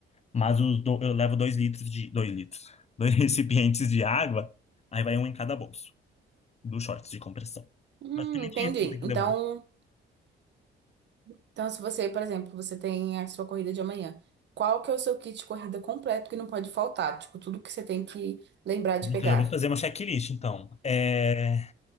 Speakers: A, on the left; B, on the right.
A: Mas os do- eu levo dois litros de. Dois litros. Dois <laughs> recipientes de água. Aí vai um em cada bolso. Dos shorts de compressão.
B: Hum,
A: Basicamente
B: entendi.
A: isso que eu tenho que
B: Então,
A: levar.
B: então, se você, por exemplo, você tem a sua corrida de amanhã, qual que é o seu kit de corrida completo que não pode faltar? Tipo, tudo que você tem que lembrar de pegar.
A: Eu já vou fazer uma checklist, então. É,